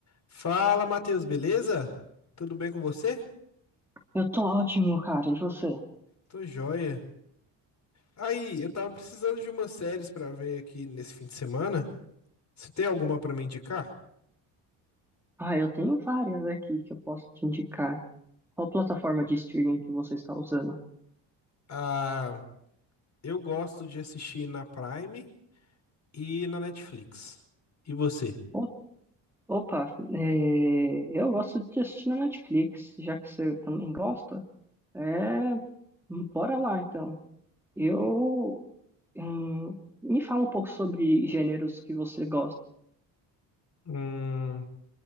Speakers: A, on the left; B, in the centre.
A: Fala, Matheus, beleza? Tudo bem com você?
B: Eu tô ótimo, cara. E você?
A: Tô joia. Aí, eu tava precisando de umas séries pra ver aqui nesse fim de semana. Você tem alguma pra me indicar?
B: Ah, eu tenho várias aqui que eu posso te indicar. Qual plataforma de streaming que você está usando?
A: Ah, eu gosto de assistir na Prime e na Netflix. E você?
B: O- Opa, é, eu gosto de assistir na Netflix, já que você também gosta. É, bora lá então. Eu, hum, me fala um pouco sobre gêneros que você gosta.
A: Hum,